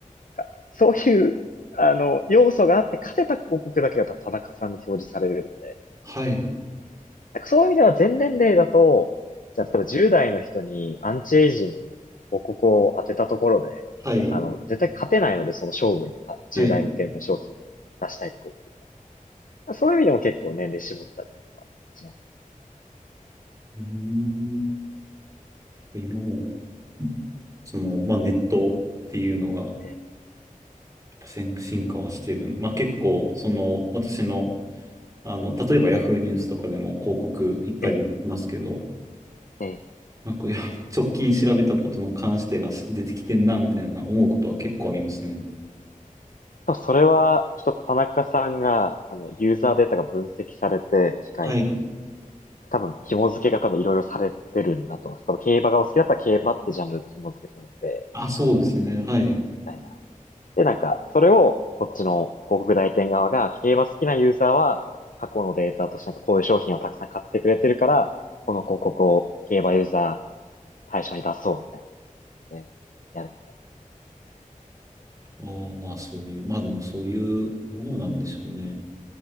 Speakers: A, on the left; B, on the right.
A: なんか、そういう、あの、要素があって勝てた広告だけが多分田中さんに表示されるの
B: はい。
A: なんかそういう意味では全年齢だと、じゃあ例えば10代の人にアンチエイジングの広告を当てたところで、
B: はい。
A: あの、絶対勝てないので、その勝負に、あ10代向けの商品出したいって広告に
B: はい。
A: は。そういう意味でも結構年齢絞ったりとかします。
B: うーん。今も。その、まあ、ネットっていうのが、や
A: ええ、
B: っぱ先進化はしてる。まあ、結構、その、私の、あの、例えばヤフーニュースとかでも広告いっぱい出てきますけど、
A: ええ、ええ。
B: なんか、いや、<laughs> 直近調べたことの関してが出てきてんな、みたいな思うことは結構ありますね。
A: 多分それは、きっと田中さんが、あの、ユーザーデータが分析されて、機械に、
B: はい。
A: 多分紐付けが多分いろいろされてるんだと思います。多分競馬がお好きだったら競馬ってジャンルで紐付けされて、
B: あ、そうですね。はい。
A: みたいな。で、なんか、それをこっちの広告代理店側が、競馬好きなユーザーは過去のデータとしてなんかこういう商品をたくさん買ってくれてるから、この広告を競馬ユーザー対象に出そうみたいなね、やるみたいな。
B: あーまあ、そういう、まあ、でもそういうものなんでしょうね。